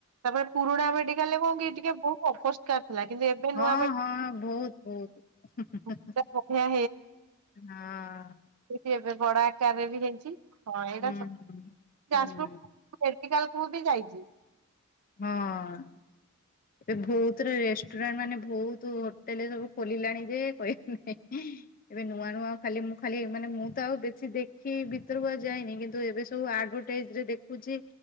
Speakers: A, on the right; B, on the left.
A: ତାପରେ ପୁରୁଣା ମେଡିକାଲରେ କଣ କି ଟିକେ ବହୁତ ଅପରିଷ୍କାର। ଥିଲା କିନ୍ତୁ ଏବେ
B: ହଁ
A: ନୂଆ
B: ହଁ ବହୁତ ବହୁତ ହୁଁ ହୁଁ
A: ମେଡିକାଲ
B: ହଁ।
A: ବଢିଆ
B: ହଁ।
A: ଏଇଠି ଏବେ ବଡ ଆକାରରେ ବି ହେଇଛି ହଁ ଏଇଟା
B: ହୁଁ
A: ସତ
B: ହୁଁ
A: ଯାଜପୁର ମେଡିକାଲ। ତୁ ବି ଯାଇଛି।
B: ହଁ। ଏବେ ବହୁତରେ ରେଷ୍ଟୁରାଣ୍ଟ ମାନେ ବହୁତ ହୋଟେଲ ସବୁ ଖୋଲିଲାଣି ଯେ କହିବ ନାହିଁ। ଏବେ ନୂଆ ନୂଆ ଖାଲି ମୁଁ ଖାଲି ମାନେ ମୁଁ ତ ଆଉ ବେଶୀ ଦେଖି ଭିତରକୁୁ ଆଉ ଯାଇନି କିନ୍ତୁ ଏବେ ସବୁ ଆ ଆଡ଼ଭଟାଇଜରେ ଦେଖୁଛି